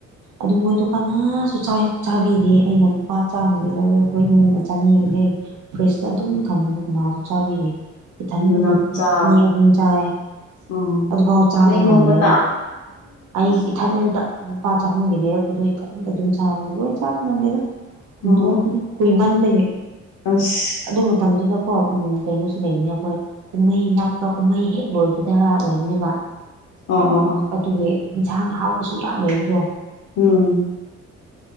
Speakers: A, on the right; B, on the left.
A: ꯑꯗꯨ ꯃꯣꯏꯗꯣ ꯀꯅꯥꯁꯨ ꯆꯥꯕꯤꯗꯦ ꯑꯩꯅ ꯂꯨꯄꯥ ꯆꯥꯝꯃꯒꯤ ꯂꯧꯔꯦ ꯑꯩꯈꯣꯏ ꯏꯃꯨꯡꯃꯛꯇ ꯆꯅꯤꯒ ꯂꯩ ꯐ꯭ꯔꯤꯖꯇ ꯑꯗꯨꯝ ꯊꯝꯕꯗꯣ ꯀꯅꯥꯁꯨ ꯆꯥꯕꯤꯗ‌ꯦ ꯏꯊꯟꯗ
B: ꯑꯗꯨ ꯅꯪ ꯆꯥꯎ
A: <inaudible> ꯑꯅꯤ ꯑꯍꯨꯝ ꯆꯥꯏ
B: ꯎꯝ
A: ꯑꯗꯨꯐꯥꯎ ꯆꯥꯕ
B: ꯑꯅꯤ
A: ꯉꯝꯗ꯭ꯔꯒꯀꯣ
B: ꯑꯍꯨꯝꯒꯇ
A: <unintelligible> ꯑꯩ ꯏꯊꯟꯇ ꯂꯨꯄꯥ ꯆꯍꯨꯝꯒꯤ ꯂꯩꯔꯛꯄꯗꯣ ꯏꯊꯟꯇ ꯑꯗꯨꯝ ꯆꯥꯕꯗꯣ ꯂꯣꯏ ꯆꯥꯕ ꯉꯝꯗꯦꯗ ꯇꯤꯡꯊ‌ꯣꯛꯄꯅꯤ
B: ꯎꯝ ꯎꯝ
A: ꯀꯨꯏꯃꯟꯕꯒꯤ
B: ꯑꯁ
A: ꯑꯗꯨ ꯃꯇꯝꯗꯨꯗꯀꯣ ꯎꯝ ꯀꯩꯅꯣꯁꯨ ꯂꯩꯕꯅꯦ ꯑꯩꯈꯣꯏ ꯀꯨꯝꯍꯩ ꯅꯛꯄ꯭ꯔ ꯀꯨꯝꯍꯩ ꯍꯦꯛ ꯂꯣꯏꯕꯗꯔ ꯑꯣꯏꯕꯅꯦꯕ
B: ꯑꯣ ꯑꯣ ꯑꯣ
A: ꯑꯗꯨꯅ‌ꯦ ꯏꯟꯁꯥꯡ ꯍꯥꯎꯕꯁꯨ ꯌꯥꯝ ꯂꯩꯕꯗꯣ
B: ꯎꯝ